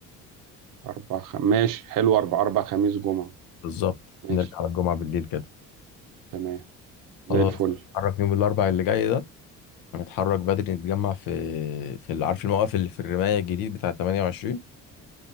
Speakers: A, on the right; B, on the left.
A: اربع خ... ماشي حلو اربع اربع خميس جمعة
B: بالظبط
A: ماشي
B: نرجع على الجمعة بالليل كده
A: تمام زي
B: خلاص
A: الفل
B: نتحرك يوم الأربع اللي جاي ده هنتحرك بدري نتجمع في في ال- عارف الموقف اللي في الرماية الجديد بتاع 28